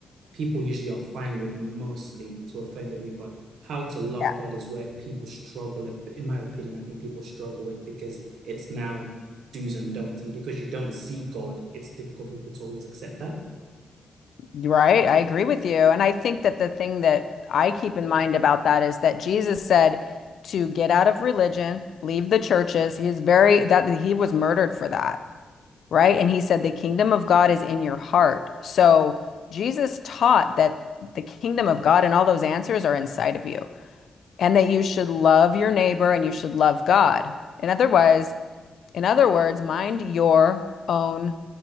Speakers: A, on the right (about 80°); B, on the left (about 70°).
A: people usually are fine with mostly to a certain degree, but how to love
B: Yeah.
A: God is where people struggle. In my opinion, I think people struggle with because it's now do's and don'ts. And because you don't see God, it's difficult for people to always accept that.
B: Right. I agree with you. And I think that the thing that I keep in mind about that is that Jesus said to get out of religion, leave the churches. He is very that he was murdered for that. right? And he said, The kingdom of God is in your heart. So Jesus taught that the kingdom of God and all those answers are inside of you, and that you should love your neighbor and you should love God. And otherwise, in other words, mind your own